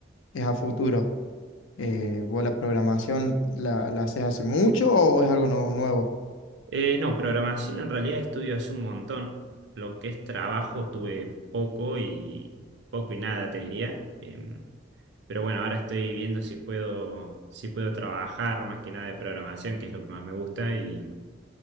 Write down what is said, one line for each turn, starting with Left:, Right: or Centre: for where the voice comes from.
Left: es a futuro. Eh, ¿vos la programación la, la haces hace mucho o es algo no- nuevo?
Right: Eh, no, programación en realidad estudio hace un montón. Lo que es trabajo tuve poco y poco y nada, te diría. Em, pero bueno, ahora estoy viendo si puedo, si puedo trabajar más que nada de programación, que es lo que más me gusta, y,